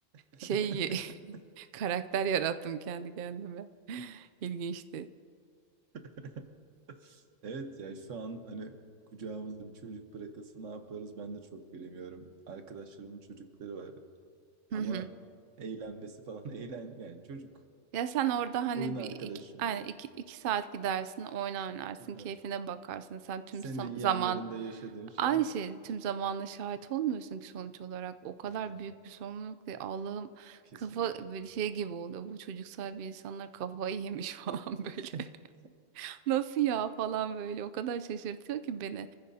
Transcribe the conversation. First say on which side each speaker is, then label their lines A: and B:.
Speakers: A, on the right (about 85°); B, on the right (about 60°).
A: <laughs>
B: şey <laughs> karakter yarattım kendi kendime. <laughs> İlginçti.
A: <laughs> Evet ya şu an hani kucağımızda bir çocuk bırakılsa ne yaparız ben de çok bilemiyorum. Arkadaşlarımın çocukları var ama
B: Hı hı.
A: eğlenmesi falan <laughs> eğlen yani çocuk
B: Ya sen
A: işte
B: orada hani
A: oyun arkadaşım
B: bir iki, aynen
A: benim.
B: iki, iki saat gidersin, oyna, oynarsın,
A: <laughs>
B: keyfine bakarsın. Sen tüm
A: Sen
B: sam-
A: de yeğenlerinde
B: zaman
A: yaşadığın şey
B: aynı
A: aynı.
B: şey tüm zamanla şahit olmuyorsun ki sonuç olarak. O kadar
A: Aha,
B: büyük bir sorumluluk ki Allah'ım
A: Kesinlikle.
B: kafa böyle şey gibi oluyor. Bu çocuk sahibi insanlar kafayı yemiş <laughs> falan böyle.
A: <laughs>
B: Nasıl ya falan böyle o kadar şaşırtıyor ki beni.